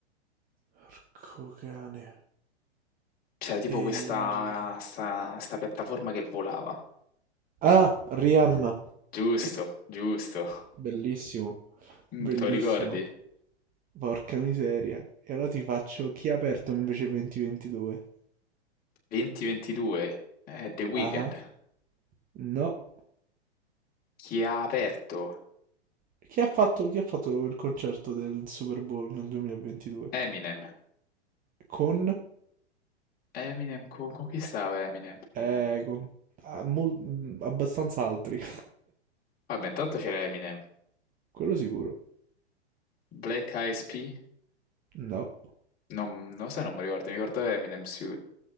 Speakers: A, on the right; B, on the left.
A: Porco cane.
B: C'era tipo
A: E...
B: questa sta, sta piattaforma che volava.
A: Ah, Rihanna.
B: Giusto, giusto.
A: Bellissimo.
B: Mm,
A: Bellissimo.
B: te lo ricordi?
A: Porca miseria. E allora ti faccio chi ha aperto invece 2022?
B: 2022, eh, The Weeknd.
A: Ah, ah. no.
B: Chi ha aperto?
A: Chi ha fatto, chi ha fatto il concerto del Super Bowl nel 2022?
B: Eminem.
A: Con?
B: Eminem, co- con, chi stava Eminem?
A: Eh, con ah, mol- mm, abbastanza altri.
B: Vabbè, intanto c'era Eminem.
A: <laughs> Quello sicuro.
B: Black Eyed P?
A: No.
B: Non, non lo so, non mi ricordo, mi ricordo Eminem, sì.